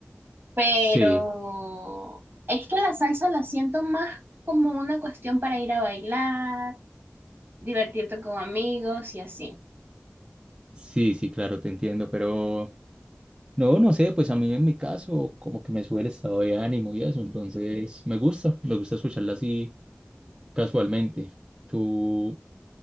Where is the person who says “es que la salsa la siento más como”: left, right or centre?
Right